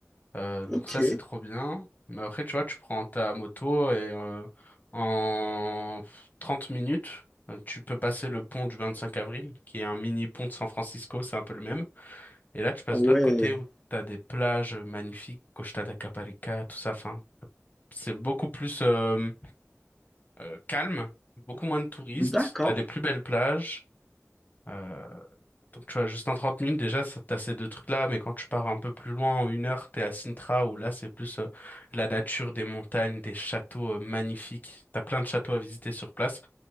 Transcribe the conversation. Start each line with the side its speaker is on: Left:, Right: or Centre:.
Left: Euh, donc
Centre: ok.
Left: ça, c'est trop bien. Mais après, tu vois, tu prends ta moto et euh, en 30 minutes, euh, tu peux passer le pont du 25 avril, qui est un mini pont de San Francisco, c'est un peu le même. Et là, tu passes
Centre: Ah ouais,
Left: de l'autre côté où tu as des plages magnifiques, Costa da Caparica, tout ça. Enfin, c'est beaucoup plus euh, euh, calme, beaucoup moins de touristes.
Centre: D'accord,
Left: Tu as des plus belles plages. Euh, donc, tu vois, juste en 30 minutes, déjà, ça- t'as ces deux trucs-là. Mais quand tu pars un peu plus loin, en une heure, t'es à Sintra, où là, c'est plus euh, la nature, des montagnes, des châteaux euh, magnifiques. T'as plein de châteaux à visiter sur place.